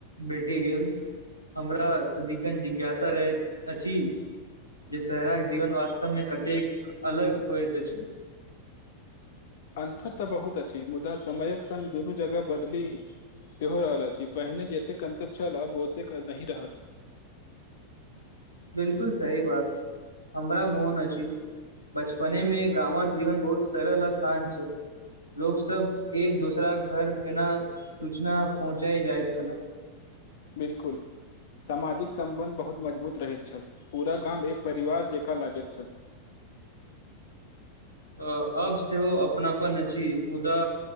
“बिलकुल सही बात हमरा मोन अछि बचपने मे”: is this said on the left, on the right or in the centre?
Left